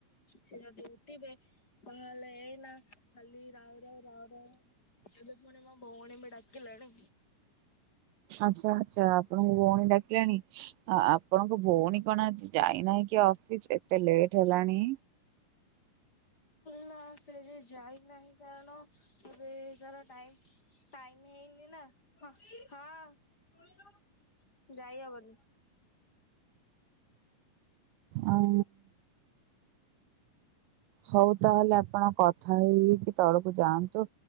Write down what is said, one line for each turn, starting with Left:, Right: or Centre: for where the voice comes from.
Left: ସେ ଯଦି ଉଠିବେ ତାହେଲେ ଏଇନା ଖାଲି ରାଉ ରାଉ ରାଉ ରାଉ ଏବେ ପୁଣି ମୋ ଭଉଣୀ ବି ଡାକିଲାଣି।
Right: ଆଚ୍ଛା ଆଚ୍ଛା ଆପଣଙ୍କ ଭଉଣୀ ଡାକିଲାଣି ଆ ଆପଣଙ୍କ ଭୋଉଣୀ କଣ ଆଜି ଯାଇନାହିଁ କି ଅଫିସ ଏତେ ଲେଟ୍ ହେଲା ଆଣୀ।
Left: ନା ସେ ଯେ ଯାଇନାହିଁ କାରଣ ଏବେ ତାର ଟାଇ ଟାଇମ ହେଇନି ନା ହଁ, ଶୁଣିଲୁ। ଯାଇ ହବନି।
Right: ଆଉ। ହଉ ତାହେଲେ ଆପଣ କଥା ହେଇକି ତଳକୁ ଯାଆନ୍ତୁ